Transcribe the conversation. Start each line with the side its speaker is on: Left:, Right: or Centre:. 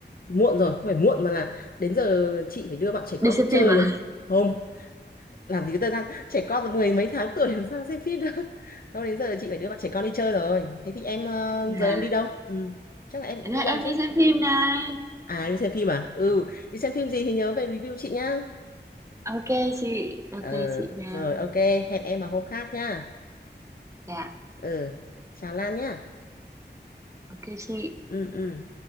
Left: muộn rồi không phải muộn mà là đến giờ chị phải đưa bạn trẻ
Right: đi
Left: con
Right: xem
Left: đi chơi
Right: phim à?
Left: rồi không làm gì có thời gian trẻ con mười mấy tháng tuổi làm sao xem phim được đâu đến giờ là chị phải đưa bạn trẻ con đi chơi rồi thế thì em ờ,
Right: Dạ,
Left: giờ em đi đâu ừ. chắc là em cũng
Right: Thế này
Left: đi đâu
Right: em
Left: chứ
Right: đi xem phim này.
Left: à đi xem phim à ừ đi xem phim gì thì nhớ về review chị nhá
Right: Ok chị, ok
Left: ờ
Right: chị nha.
Left: rồi ok hẹn em vào hôm khác nhá
Right: Dạ,
Left: ừ chào Lan nhá
Right: ok chị.
Left: ừ ừ